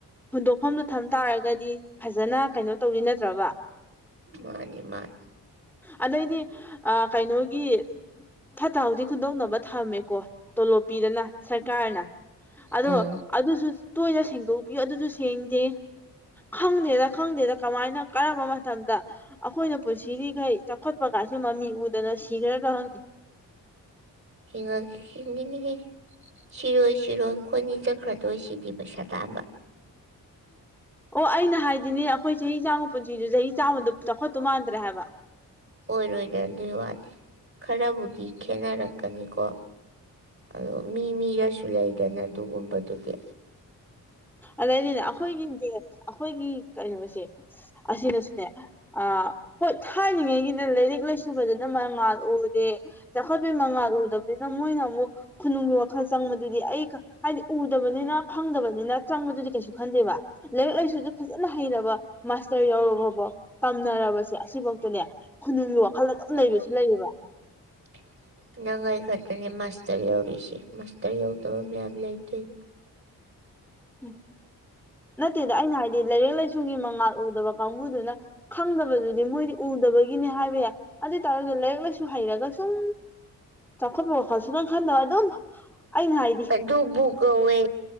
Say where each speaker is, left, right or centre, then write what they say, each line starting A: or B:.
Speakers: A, in the centre; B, on the right.
A: ꯍꯨꯟꯗꯣꯛꯐꯝꯗꯨ ꯊꯝ ꯇꯥꯔꯒꯗꯤ ꯐꯖꯅ ꯀꯩꯅꯣ ꯇꯧꯗꯤ ꯅꯠꯇ꯭ꯔꯕ
B: ꯃꯥꯅꯤ ꯃꯥꯅꯤ
A: ꯑꯗꯩꯗꯤ ꯑꯥ ꯀꯩꯅꯣꯒꯤ ꯐꯠꯇ ꯍꯥꯎꯗꯤ ꯈꯨꯟꯗꯣꯛꯅꯕ ꯊꯝꯃꯦꯀꯣ ꯇꯣꯂꯣꯞꯄꯤꯗꯅ ꯁꯔꯀꯥꯔꯅ ꯑꯗꯣ
B: ꯎꯝ
A: ꯑꯗꯨꯁꯨ ꯇꯣꯏꯅ ꯁꯦꯡꯗꯣꯛꯄꯤꯌꯨ ꯑꯗꯨꯖꯨ ꯁꯦꯡꯗꯦ ꯈꯪꯗꯦꯗ ꯈꯪꯗꯦꯗ ꯀꯃꯥꯏꯅ ꯀꯔꯝꯕ ꯃꯇꯝꯗ ꯑꯩꯈꯣꯏꯅ ꯄꯨꯟꯁꯤꯔꯤꯈꯩ ꯆꯥꯎꯈꯠꯄ ꯀꯥꯏꯁꯨ ꯃꯃꯤ ꯎꯗꯅ ꯁꯤꯈ꯭ꯔꯗ ꯍꯪꯗꯦ
B: ꯍꯤꯡꯉꯛ ꯍꯤꯡꯒꯤꯅꯤꯍꯦ ꯁꯤꯔꯣꯏ ꯁꯤꯔꯣꯏ ꯈꯣꯢꯅꯤ ꯆꯠꯈ꯭ꯔꯗꯣꯏ ꯁꯤꯗꯤ ꯄꯩꯁꯥ ꯇꯥꯟꯕ
A: ꯑꯣ ꯑꯩꯅ ꯍꯥꯏꯗꯤꯅꯦ ꯑꯩꯈꯣꯏ ꯆꯍꯤ ꯆꯥꯝꯃ ꯄꯨꯟꯁꯤꯗ ꯆꯍꯤ ꯆꯥꯝꯃꯗ ꯆꯥꯎꯈꯠꯇꯨ ꯃꯥꯟꯗ꯭ꯔꯦ ꯍꯥꯏꯕ
B: ꯑꯣꯏꯔꯣꯏꯗ ꯑꯗꯨꯏ ꯋꯥꯗꯤ ꯈꯔꯕꯨꯗꯤ ꯈꯦꯠꯅꯔꯛꯀꯅꯤꯀꯣ ꯑꯗꯣ ꯃꯤ ꯃꯤꯒꯁꯨ ꯂꯩꯗꯅ ꯑꯗꯨꯒꯨꯝꯕꯗꯨꯗꯤ
A: ꯑꯗꯩꯗꯤꯅꯦ ꯑꯩꯈꯣꯏꯒꯤ ꯗꯠ ꯑꯩꯈꯣꯏꯒꯤ ꯀꯩꯅꯣꯁꯦ ꯑꯁꯤꯅꯁꯨꯅꯦ ꯑꯥ ꯍꯣꯏ ꯊꯥꯏꯅꯉꯩꯒꯤꯅꯦ ꯂꯥꯏꯔꯤꯛ ꯂꯥꯏꯁꯨ ꯐꯖꯅ ꯃꯉꯥꯜ ꯎꯗꯦ ꯆꯥꯎꯈꯠꯄꯤ ꯃꯉꯥꯜꯔ ꯎꯗꯕꯅꯤꯅ ꯃꯣꯏꯅ ꯑꯃꯨꯛ ꯈꯨꯅꯨꯡꯒꯤ ꯋꯥꯈꯜ ꯆꯪꯕꯗꯨꯗꯤ ꯑꯩ ꯈ ꯍꯥꯏꯗꯤ ꯎꯗꯕꯅꯤꯅ ꯈꯪꯗꯕꯅꯤꯅ ꯆꯪꯕꯗꯨꯗꯤ ꯀꯩꯁꯨ ꯈꯟꯗꯦꯕ꯫ ꯂꯥꯏꯔꯤꯛ ꯂꯥꯏꯁꯨꯗ ꯐꯖꯅ ꯍꯩꯔꯕ ꯃꯥꯁꯇꯔ ꯌꯥꯎꯔꯕꯐꯥꯎ ꯇꯝꯅꯔꯕꯁꯦ ꯑꯁꯤꯐꯧꯇꯅꯦ ꯈꯨꯅꯨꯡꯒꯤ ꯋꯥꯈꯜ ꯑꯗꯨꯝ
B: <unintelligible>
A: ꯂꯩꯕꯁꯨ ꯂꯩꯌꯦꯕ
B: ꯅꯪ ꯑꯩ ꯈꯛꯇꯅꯤ ꯃꯥꯁꯇꯔ ꯌꯧꯔꯤꯁꯦ ꯃꯥꯁꯇꯔ ꯌꯥꯎꯗꯕ ꯃꯌꯥꯝ ꯂꯩ ꯀꯩꯅꯣ
A: ꯎꯝ ꯅꯠꯇꯦꯗ ꯑꯩꯅ ꯍꯥꯏꯗꯤ ꯂꯥꯏꯔꯤꯛ ꯂꯥꯏꯁꯨꯒꯤ ꯃꯉꯥꯜ ꯎꯗꯕ ꯀꯥꯡꯕꯨꯗꯨꯅ ꯈꯪꯗꯕꯗꯨꯗꯤ ꯃꯣꯏꯗꯤ ꯎꯗꯕꯒꯤꯅꯦ ꯍꯥꯏꯕ ꯌꯥꯏ ꯑꯗꯨ ꯑꯣꯏꯇꯥꯔꯁꯨ ꯂꯥꯏꯔꯤꯛ ꯂꯥꯏꯁꯨ ꯍꯩꯔꯒ ꯁꯨꯝ ꯆꯥꯎꯈꯠꯄ ꯋꯥꯈꯜ ꯁꯨꯈꯟ ꯈꯟꯗꯕ ꯑꯗꯨꯝ ꯑꯩꯅ ꯍꯥꯏ
B: ꯑꯗꯨꯕꯨ ꯀꯧꯋꯦ